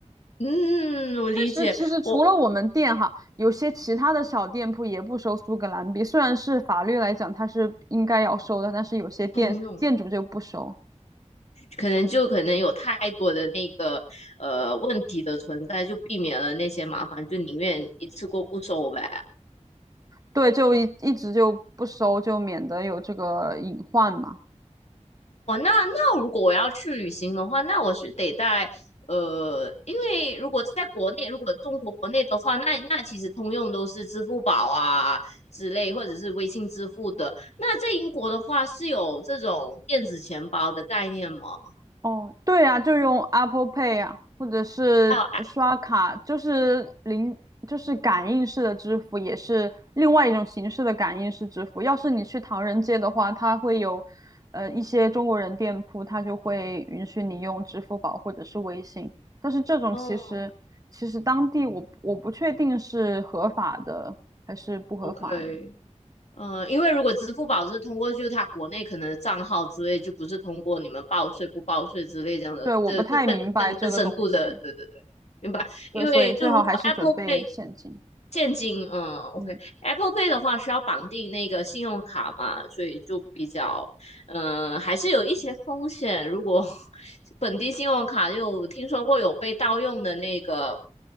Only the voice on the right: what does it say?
确实，其实除了我们店哈，
有些其他的小店铺也不收苏格兰币，虽然是法律来讲它是应该要收的，但是有些店店主就不收，
对，就一一直就不收，就免得有这个隐患嘛。
哦，对呀，就用 Apple Pay 啊，或者是刷卡，
就是零，就是感应式的支付，也是另外一种形式的感应式支付。要是你去唐人街的话，它会有，呃，一些中国人店铺，它就会允许你用支付宝或者是微信。但是这种其实，
其实当地我我不确定是合法的还是不合法的，
对，我不太明白这个东西，
对，
所以最好还是准备现金。
嗯